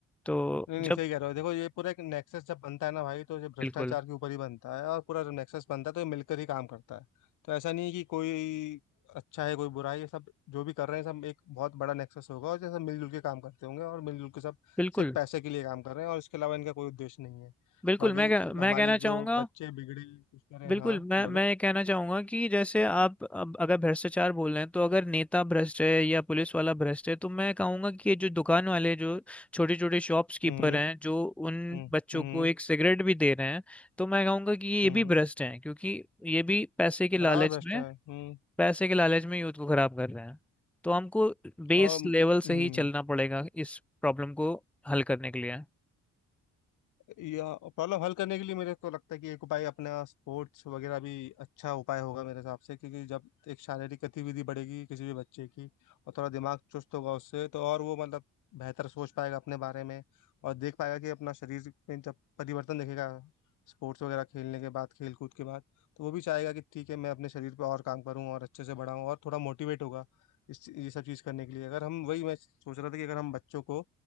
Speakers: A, in the centre; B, on the left.
A: तो
B: नहीं
A: जब
B: नहीं सही कह रहे हो देखो ये पूरा एक नेक्सस जब बनता है ना भाई तो ये भ्रष्टाचार
A: बिल्कुल
B: के ऊपर ही बनता है और पूरा जब नेक्सस बनता है तो ये मिलकर ही काम करता है तो ऐसा नहीं है कि कोई अच्छा है कोई बुरा है ये सब जो भी कर रहे हैं सब एक बहुत बड़ा नेक्सस होगा और ये सब मिलजुल के काम करते होंगे और मिलजुल के सब
A: बिल्कुल
B: सिर्फ पैसे के लिए काम कर रहे हैं और इसके अलावा इनका कोई उद्देश्य नहीं है
A: बिल्कुल
B: बाकी
A: मैं कह-
B: हमारी
A: मैं कहना
B: जो
A: चाहूंगा
B: बच्चे बिगड़े कुछ करें
A: बिल्कुल
B: हाँ
A: मैं
B: बोलो
A: मैं ये कहना चाहूंगा कि जैसे आप अब अगर भ्रष्टाचार बोल रहे हैं तो अगर नेता भ्रष्ट है या पुलिस वाला भ्रष्ट है तो मैं कहूंगा कि ये जो दुकान वाले जो छोटे छोटे शॉप्स कीपर
B: हम्म
A: हैं जो उन
B: हम्म
A: बच्चों
B: हम्म
A: को एक सिगरेट भी दे रहे हैं तो मैं कहूंगा कि ये
B: हम्म
A: भी भ्रष्ट हैं क्योंकि ये भी पैसे के
B: बराबर
A: लालच
B: भ्रष्ट
A: में
B: है हम्म
A: पैसे के लालच में यूथ को खराब कर रहे हैं तो हमको बेस
B: और
A: लेवल से
B: हम्म
A: ही चलना पड़ेगा इस प्रॉब्लम को हल करने के लिए
B: या प्रॉब्लम हल करने के लिए मेरे को लगता है कि एक उपाय अपना स्पोर्ट्स वगैरह भी अच्छा उपाय होगा मेरे हिसाब से क्योंकि जब एक शारीरिक गतिविधि बढ़ेगी किसी भी बच्चे की और थोड़ा दिमाग चुस्त होगा उससे तो और वो मतलब बेहतर सोच पाएगा अपने बारे में और देख पाएगा कि अपना शरीर में जब परिवर्तन देखेगा स्पोर्ट्स वगैरह खेलने के बाद खेल कूद के बाद तो वो भी चाहेगा कि ठीक है मैं अपने शरीर पर और काम करूँ और अच्छे से बढ़ाऊँ और थोड़ा मोटिवेट होगा इस ये सब चीज़ करने के लिए अगर हम वही मैं सोच रहा था कि अगर हम बच्चों को